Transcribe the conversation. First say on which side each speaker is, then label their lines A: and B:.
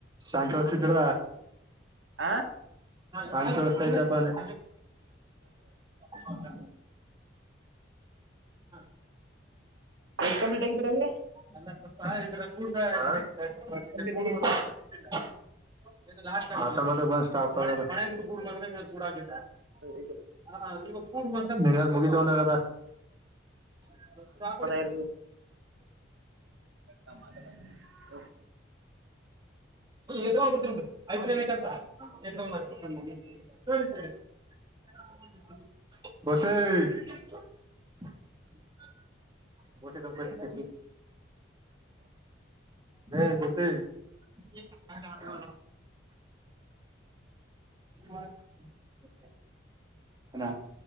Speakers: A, on the right (about 25°); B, on the right (about 90°).
A: <inaudible> ನತೆ ಸಾಯಂಕಾಲಸ್ಿದ್ದೀರ
B: ಹಾ
A: ಹಂ ಕೇಳಸ್ತಾ ಇದ್ದಪ್ಪ ಅಂದೆ <unintelligible> ಹ್ಮ <unintelligible> ಅಲ್ಲ
B: ಎಷ್ಟ್ ಕಂಪ್ಲೀಟ್ ಆಗಿದ್ದೀರ ಅವಿ
A: ಸ್ವಪ ಗ ಸಿ
B: ಎಷ್ಟ್ ಕಂಪ್ಲೀಟ್ ಆಗಿದ್ದೀರ
A: <unintelligible> ಮತ್ತೆ ಮತ್ತೆ ಬಾ <unintelligible> ಆಫರ್ ಅಳು <unintelligible>
B: ಇದು
A: ಮುಗಿಧ್ಗೊಂಡ <unintelligible>
B: ಅ <unintelligible> ಮ್ಮದ ಬ <unintelligible>
A: ಹ್ ತಗೊಂಡ್ ಕೊಡ್ತೀನಿಡಿ ಆಯ್ತುನ ಕೆಲ್ಸ <unintelligible> ಬಸ್ಸೇ <unintelligible> ಗಸ ತ ಕತ ಹ ಗಸಿ <unintelligible> ಹ್ಮ <unintelligible> ಏನ